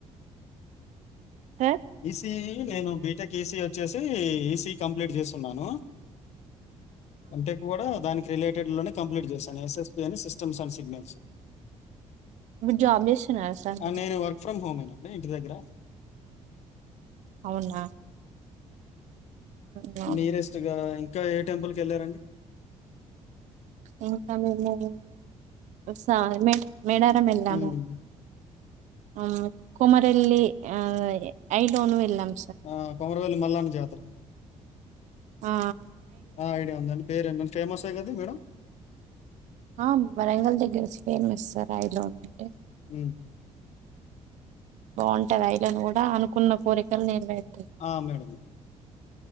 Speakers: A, on the right; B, on the left.
A: సార్
B: తి నేను బీటెక్ ఈసీ వచ్చేసి ఈసీ కంప్లీట్ చేస్తున్నాను అంటే కూడా దానికి రిలేట్ టెడ్ లోనే కంప్లీట్ చేశా ఎస్ ఎస్ పి అని సిస్టమ్స్ అండ్ సిగ్నల్స్
A: జాబ్ చేస్తున్నారా సార్ మీరు
B: అండ్ నేను వర్క్ ఫ్రమ్ హోమ్ అండి ఇంటి దగ్గర
A: అవునా అవునా
B: నియరెస్ట్గా ఇంకా ఏ టెంపుల్ కి వెళ్ళారండి
A: ఇన్కమింగ్ లేదు స మెడారం ఎళ్లాము
B: హ్మ్.
A: అ కొమారేల్లి ఆ ఐలోను ఎళ్ళాము
B: ఆ కొమరవేల్లి మల్లన్న జాతారా
A: ఆ,
B: ఆ ఐడియా ఉందండి పేరేడి ఫేమసే కద మేడం
A: ఆ వరంగల్ దగ్గర ఫేమస్ సార్ ఆ ఐలోన్ అంటే
B: ఉ
A: బాగుంటది అఐలేను కూడా అనుకున్న కోరికలు నేరవె ర్
B: ఆ మేడం